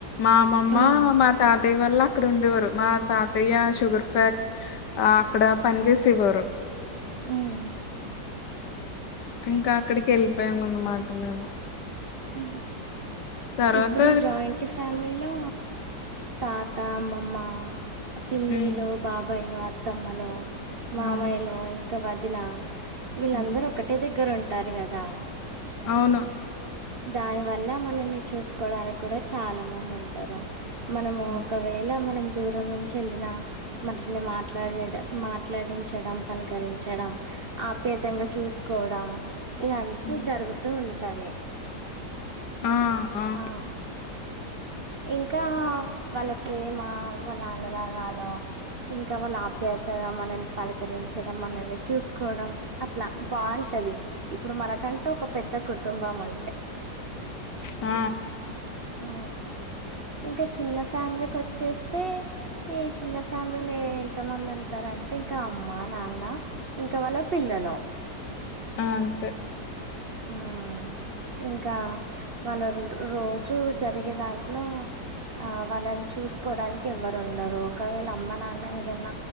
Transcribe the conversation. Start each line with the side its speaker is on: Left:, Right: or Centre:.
Left: మా అమ్మ మ్మా
Right: ఉమ్
Left: మా తాతయ్య వాల్లు అక్కడ ఉండేవారు మా తా తయ్యా షుగర్ ఫ్యాక్ ఆ అక్కడ పని చేసేవారు
Right: మ్మ్
Left: ఇంకా అక్కడికి వెళ్ళిపోయాము అన్నమాట మేము
Right: <inaudible>
Left: తర్వాత
Right: ఇప్పుడు జాయింట్ ఫ్యామిలీలో తాత అమ్మమ్మ పిన్నిలు
Left: హ్మ్.
Right: బాబయిలు అత్తమ్మలు మామాయిలు
Left: ఆ!
Right: ఇం ఇ వదిన వీళ్ళందరూ
Left: హ్మ్.
Right: ఒకటే దగ్గర ఉంటారు కదా
Left: అవును
Right: దాని వల్ల మనల్ని చూసుకోవడానికి కూడ చాల మంది ఉంటారు మనము
Left: హ్మ్.
Right: ఒక వేళ మనం దూరం నుంచి వెళ్ళిన <unintelligible> న్నే మాట్లాడీడు మాట్లాడించడం పలకరించడం ఆప్యాతంగ చూసుకోవడం ఇదంతా
Left: హ్మ్.
Right: జరుగుతూ ఉంటది
Left: ఆ! అవును.
Right: ఆ ఇంకా వాళ్ళ ప్రేమ వాళ్ళ అనురాగాలు ఇంక వాళ్ళ ఆప్యాయత మనల్ని పలకరించడం మనల్ని చూసుకోవడం అట్లా బాగుంటది ఇప్పుడు మనకంటే ఒక పెద్ద కుటుంబం ఉ
Left: ఆ!
Right: ఆ ఇంక చిన్న ఫ్యామిలీకి ఒచ్చేస్తే ఈ చిన్న ఫ్యామిలీలే ఎంత మంది ఉంటారంటే ఇక అమ్మ నాన్న ఇంక వాళ్ళ పిల్లలు
Left: ఉ అంతే
Right: ఉమ్. ఇంకా <unintelligible> రోజు జరిగే దాంట్లో ఆ వాళ్ళని చూసుకోవడానికి ఎవ్వరు ఉండరు ఒకవేళ అమ్మ నాన్న ఏదన్న